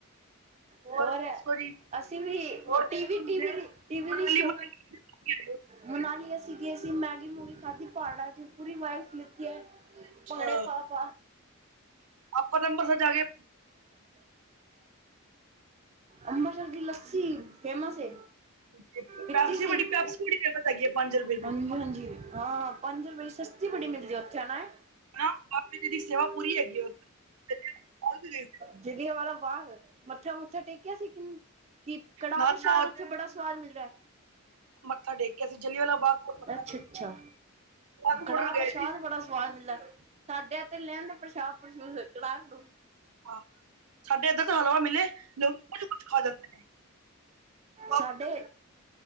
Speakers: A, on the right; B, on the right.
A: ਹੋਰ
B: ਦੱਸੋ ਜੀ
A: ਅਸੀਂ ਵੀ
B: ਹੋਰ
A: ਟੀਵੀ
B: ਮੰਡਲੀ
A: ਟੀਵੀ ਦੀ ਟੀਵੀ ਦੀ ਸ਼ੋ
B: ਮੰਡਲੀ ਕੀ ਹੈ?
A: ਮਨਾਲੀਆ ਸੀਗੇ ਅਸੀਂ ਮੈਗੀ ਮੂਗੀ ਖਾਧੀ ਪਾੜਾਂ ਚ ਪੂਰੀ ਵਾਈਬਸ ਲਿਤ
B: ਅੱਛਾ,
A: ਪਾਣੇ ਪਾ ਪਾ
B: ਆਪਾਂ ਤੇੰ ਅੰਬਰਸਰ ਜਾ ਕੇ
A: ਅੰਬਰਸਰ ਦੀ ਲੱਸੀ ਫੇਮਸ ਏ,
B: ਪੈਪਸੀ
A: ਪੀਤੀ ਸੀ।
B: ਬੜੀ ਪੈਪਸੀ ਬੜੀ ਫੇਮਸ ਹੈਗੀ ਹੈ ਪੰਜ ਰੁਪਏ ਦੀ
A: ਹਂਜੀ ਹਾਂਜੀ, ਹਾਂ ਪੰਜ ਰੁਪਏ ਦੀ ਸਸਤੀ ਬੜੀ ਮਿਲਦੀ ਓਥੇ ਹੈਨਾ ਏ।
B: ਹੈਨਾ <unintelligible> ਜੀ ਦੀ ਸੇਵਾ ਪੂਰੀ ਹੈਗੀ ਏ <unintelligible> ਗਏ
A: ਜਲੀਆ ਵਾਲਾ ਬਾਗ ਮੱਥਾ ਮੁੱਥਾ ਟੇਕਿਆ ਸੀ ਕਿਨ ਕਿ ਕੜਾਹ
B: ਨਾਲ
A: ਪ੍ਰਸ਼ਾਦ
B: ਨਾਲ
A: ਉੱਥੇ ਬੜਾ ਸਵਾਦ ਮਿਲਦਾ ਏ
B: ਮੱਥਾ ਟੇਕ ਕੇ ਅਸੀਂ ਜਲਿਆਂਵਾਲਾ ਬਾਗ ਕੋਲ ਮੱਥਾ
A: ਅੱਛਾ
B: ਟੇਕ
A: ਅੱਛਾ।
B: ਕੇ ਬਾਗ
A: ਕੜਾਹ
B: ਬਾਰਡਰ ਗਏ
A: ਪ੍ਰਸ਼ਾਦ
B: ਸੀ
A: ਬੜਾ ਸਵਾਦ ਮਿਲਦਾ ਸਾਡੇ ਐਤੇ ਲਿਆਂਣਦੇ ਪ੍ਰਸ਼ਾਦ ਪ੍ਰਸ਼ੂਦ ਕੜਾਹ ਕੜੂ।
B: ਹਾਂ, ਸਾਡੇ ਏਧਰ ਤਾ ਹਲਵਾ ਮਿਲੇ ਲੋਕੀ ਕੁਝ ਕੁਛ ਖਾ ਜਾਂਦੇ ਨੇ। ਬਾਬਾ
A: ਸਾਡੇ